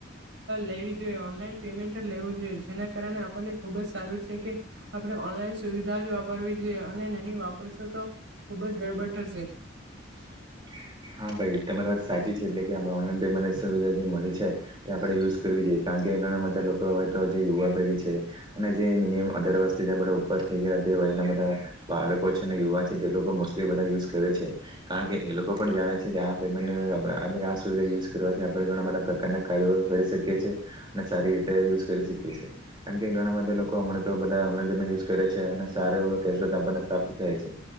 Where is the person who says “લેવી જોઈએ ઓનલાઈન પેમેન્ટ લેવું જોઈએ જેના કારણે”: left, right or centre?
Right